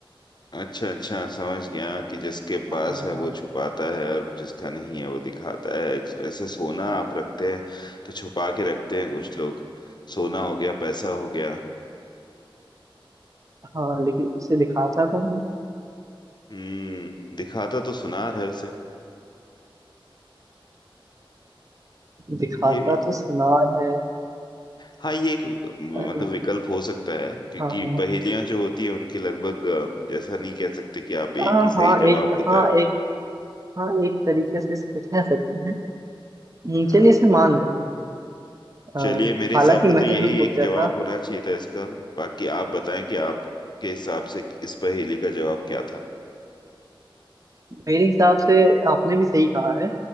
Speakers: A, on the left; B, on the right.
A: अच्छा अच्छा समझ गया कि जिसके
B: हाँ
A: पास है
B: हाँ
A: वो छुपाता है और जिसका नहीं है वो दिखाता है तो ऐसे सोना आप रखते हैं तो छुपा के रखते हैं कुछ लोग सोना हो गया पैसा हो गया
B: हाँ लेकिन उसे दिखाता कौन है
A: हम्म दिखाता तो सुनार है उसे
B: दिखाता
A: ये भी
B: तो सुनार है
A: हाँ ये एक मतलब
B: अ,
A: विकल्प हो सकता है क्योंकि
B: हाँ हाँ
A: पहेलियां जो होती है उनके लगभग अ, जैसा नहीं कह सकते कि आप एक
B: हाँ
A: ही सही
B: हाँ
A: जवाब
B: एक
A: होता
B: हाँ
A: है
B: एक हाँ एक तरीके से इसे कह सकते हैं हम्म,
A: हाँ।
B: चलिए इसे मान लेते हैं अ,
A: चलिए मेरे हिसाब
B: हालांकि
A: से
B: मैंने
A: तो यही
B: जो सोचा
A: एक जवाब
B: था
A: होना चाहिए था इसका बाकी आप बताएं कि आपके हिसाब से इस पहेली का जवाब क्या था
B: मेरे हिसाब से आपने भी सही कहा है